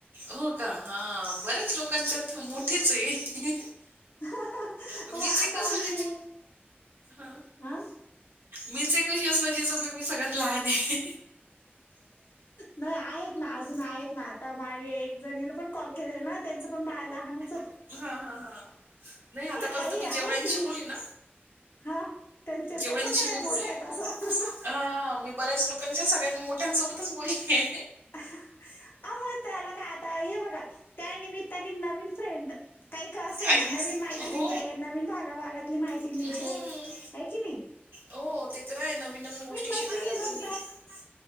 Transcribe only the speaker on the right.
हो का.. हा बऱ्याच लोकांच्यात मोठेच आहे.
मीच
एक असायची
हा
मीच एक अशी असणार जिचं बेबी सगळ्यात लहान आहे.
हा हा हा नाही आतापर्यंत
मी जेवढयांशी
बोलली ना,
जेवढयांशी
मी
बोली.
हा... मी बऱ्याच लोकांच्या सगळ्यात मोठ सोबतच बोलली.
ऐक-
हो
हम्म.
हो ते तर आहे नवीन नवीन गोष्टी
शिकायला
पण मिळतात